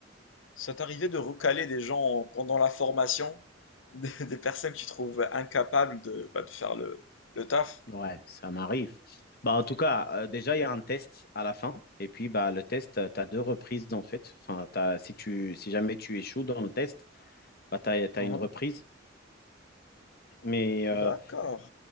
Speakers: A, on the left; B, on the left.
A: Ça t'arrivait de recaler des gens pendant la formation, <laughs> des, des personnes que tu trouves incapables de, bah, de faire le, le taf?
B: ouais, ça m'arrive. Bah en tout cas, euh, déjà il y a un test à la fin et puis bah le test tu as deux reprises en fait. Enfin t'as- si tu si jamais tu échoues dans le test, bah tu as,
A: Mhm.
B: une reprise mais euh,
A: D'accord,